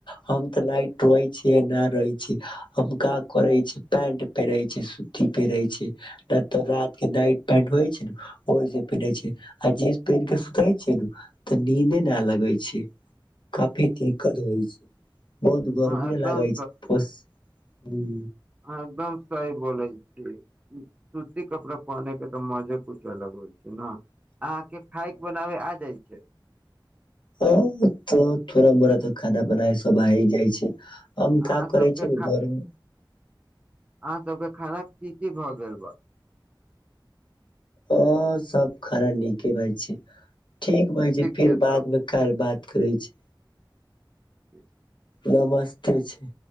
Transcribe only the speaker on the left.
हम ते लाइट रहे छी नहि रहे छी हम का करे छी पेंट पेरे छै सूती पहिरे छै न तो रात के नाइट पेंट होई छै ने ओहि से पहिरे छै आ जींस पहिर के सुते छै न तऽ नींदे न लगे छैइ पीथि दिक्कत होइ छैइ बहुत गर्मी
न लागै छैइ प हूं
ह तऽ थोड़ा मोरा तऽ खाना बना सब आही जाइ छैइ हम
का
करै छ न घर में
हँ सब खराब नीके रहैइ छैइ ठीक भायजी फिर
बाद
मे काल्ह बात करै छी
ओ मस्ते छैइ